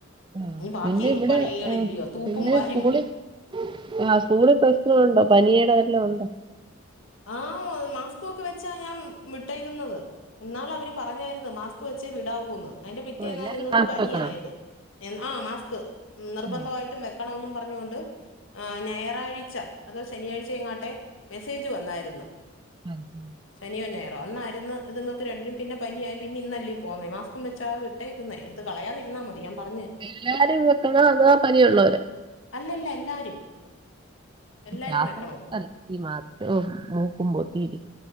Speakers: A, on the right (about 25°); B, on the left (about 70°).
A: ആഹ്
B: ഇനി ബാക്കി
A: പിന്നെ ഇവിടെ
B: പണികൾ ഇല്ലയോ തൂപ്പും
A: പിന്നെ
B: ഭായും
A: സ്കൂളിൽ ആഹ്. സ്കൂള് പ്പ സ്കു ള് ണ്ടൊ? പനിയുടെതായിട്ട് ള്ളെ ഉണ്ടോ?
B: ആഹ്. മാസ്കോക്കെ വെച്ചാ ഞാൻ വിട്ടേക്കുന്നത്. ഇന്നാള് അവര് പറഞ്ഞായിരുന്നു മാസ്ക് വെച്ചേ വിടാവൂന്ന്! അതിന്റെ പിറ്റേന്നാ
A: ഓഹ് എല്ലാരും
B: ഇതിങ്ങൾക്ക്
A: മാസ്ക്
B: പനിയായത്!
A: വെക്കണോ
B: എന്ത ആ മാസ്ക്. നിർബന്ധമായിട്ടും
A: ആഹ്
B: വെക്കണെന്നും പറഞ്ഞോണ്ട് ആ ഞായറാഴ്ച അതോ ശനിയാഴ്ചയങ്ങാട്ടെ മെസ്സേജ് വന്നായിരുന്ന്.
A: അതെ
B: ശനിയോ, ഞായറോ അന്നായിരുന്ന് ഇത് ങ്ങക്ക് രണ്ടിനും പിന്നെ പനിയായി പിന്നെ ഇന്നല്ലേ പോന്നേ മാസ്കും വെച്ചാ വിട്ടേക്കുന്നെ എടുത്ത് കളയാതിരുന്നാ മതി ഞാൻ പറഞ്ഞ്
A: എല്ലാരും വെക്കണോ അതോ പനിയുള്ളവരോ
B: അല്ലല്ല എല്ലാരും എല്ലാരും
A: ശ്വാസം
B: വെക്കണൊ?
A: മുട്ടല്ല ഈ മാസ്‌കും മൂക്കുമ്പോട്ടീരി